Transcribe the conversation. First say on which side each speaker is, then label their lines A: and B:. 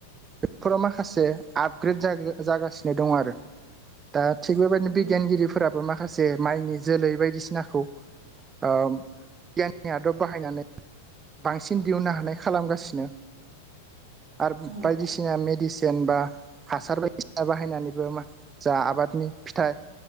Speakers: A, on the right; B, on the right.
A: बेफोराव माखासे आपग्रेड जाग-जागासिनो दं आरो। दा थिग बेबायदिनो
B: नंगौ
A: बिगियानगिरिफोराब माखासे माइनि जोलै बायदिसिनाखौ ओ गियाननि आदब बाहायनानै बांसिन दिहुननो हानाय खालामगासिनो आरो
B: नंगौ
A: बायदिसि
B: नंगौ
A: ना बायदिसिना मेडिसेन बा हासार बायदिसिना बाहायनानैबो जा आबादनि फिथाइ